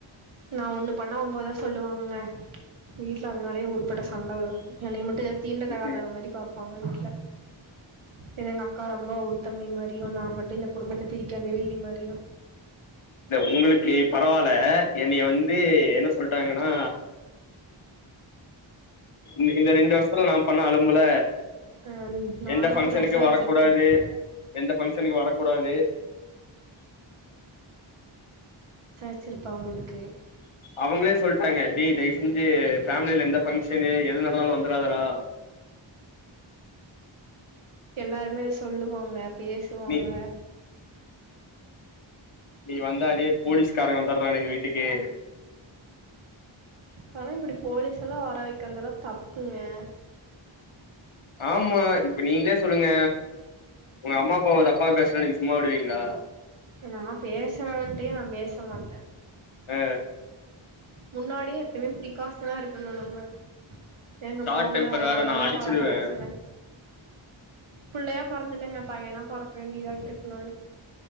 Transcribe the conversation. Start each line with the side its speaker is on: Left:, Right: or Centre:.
Right: நா ஒண்ணு பண்ணா ஒம்போதா சொல்லுவாங்கங்க எங்க வீட்ல அதனாலே ஊருப்பட்ட சண்ட வரு என்னைய மட்டு தீண்ட
Left: இல்ல
Right: தகாதவ மாரி பாத்து அவ்ங்க வீட்ல இல்ல எங்க அக்கா ரொம்ப உத்தமி மாரியு நா மட்டு இந்த குடும்பத்த பிரிக்க வந்த வில்லி மாரியு
Left: இல்ல உங்களுக்கு பரவால்ல என்னைய வந்து என்ன சொல்ட்டாங்கனா இந்த இந்த ரெண்டு வர்ஷத்துல நா பண்ண அலும்புல
Right: அ நானா
Left: எந்த பங்க்ஷனுக்கு
Right: வந்து வெஷ வச்சிருப்பேன்
Left: வரக்கூடாது எந்த பங்க்ஷனுக்கு வரக்கூடாது
Right: சிருப்பே அவ்ங்களுக்கு
Left: அவங்களே சொல்ட்டாங்கெ டேய் தயவு செஞ்சு ஃபேம்லில எந்த பங்க்ஷனு எது நடந்தாலு வந்ராதடா
Right: எல்லாருமே அத சொல்லுவாங்க பேசுவாங்க
Left: நீ நீ வந்தாலே போலீஸ்காரங்க வந்தர்றானுங்க வீட்டுக்கே
Right: தால இப்படி போலீஸ் எல்லா வக்கிற்தெல்லா தப்புங்க
Left: ஆமா இப்ப நீங்களே சொல்லுங்க உங்க அம்மா அப்பா தப்பா பேசினா நீங்க சும்மா விடுவீங்களா
Right: நா பேசுறவன்ட்டயே நா பேச மாட்ட
Left: ஆ
Right: முன்னாடியே எப்பயுமே பிரிக்காஷனா இருக்கணு நம்ம ஏங்க
Left: ஷார்ட்
Right: போங்க
Left: டெம்பர்
Right: அதனாலதாங்க
Left: வேற நா அடிச்சிருவே
Right: பல பிரச்சன, புள்ளையா பொறந்துட்டங்க பையனா பொறக்க வேண்டியதாட்டு இருக்கு நானு